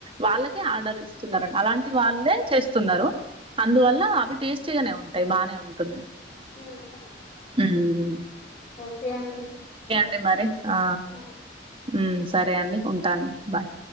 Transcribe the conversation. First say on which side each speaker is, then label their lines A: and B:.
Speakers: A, on the right; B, on the left.
A: వాళ్ళకే ఆర్డర్ ఇస్తున్నారన్ అలాంటి వాళ్ళే చేస్తున్నారు అందువల్ల అవి టేస్ చ్గానే ఉంటాయి బానే ఉంటున్నాయి
B: ఊహూ
A: ఉమ్
B: కే అండి
A: మే మారే ఆ
B: ఉ
A: ఉమ్ సరే అండి ఉంటాను బాయ్